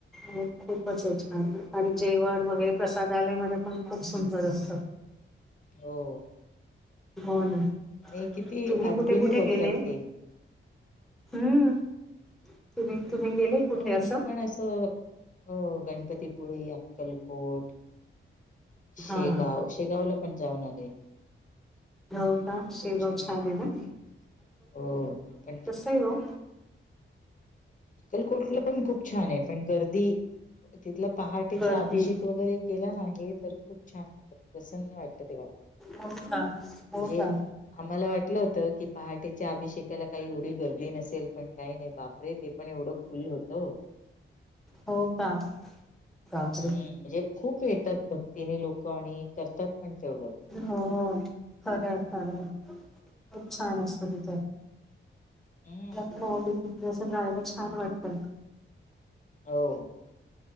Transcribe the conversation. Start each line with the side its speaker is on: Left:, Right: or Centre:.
Centre: हो. खूपच आणि जेवण वगैरे प्रसादालयमध्ये पण खूप सुंदर असतं.
Left: हो.
Centre: हो ना.
Left: आणि किती
Centre: तुम्ही
Left: आदरीने
Centre: कुठे कुठे
Left: बोलतात
Centre: गेले
Left: ते.
Centre: हम्म. तुम्ही तुम्ही गेले? कुठे
Left: हो. मी
Centre: असं
Left: पण असं हो गणपतीपुळे, अक्कलकोट शेगाव
Centre: हा
Left: शेगावला पण जाऊन आले.
Centre: हो
Left: ह
Centre: का शेगाव
Left: खूप छान वाटत
Centre: आहे ना
Left: तिथे. हो. पण,
Centre: हॅलो.
Left: अक्कलकोटला पण खूप छान आहे. पण गर्दी तिथलं पहाटेचा
Centre: गर्दी
Left: अभिषेक वगैरे, केला ना तर खूप छान वाटतं. प्रसन्न वाटत तेव्हा.
Centre: हो का
Left: म्हणजे,
Centre: हो का
Left: आम्हाला वाटलं होतं की पहाटेच्या अभिषेकाला काही एवढी गर्दी नसेल पण काही नाही बापरे ते पण एवढं फुल होत
Centre: हो का बापरे
Left: हम्म म्हणजे खूप येतात भक्तीनी लोक आणि करतात पण तेवढं.
Centre: हो खरंय खरंय खूप छान असत तिथ.
Left: हम्म.
Centre: मला प आवडे तिकडे असं जायला छान वाटतय.
Left: हो.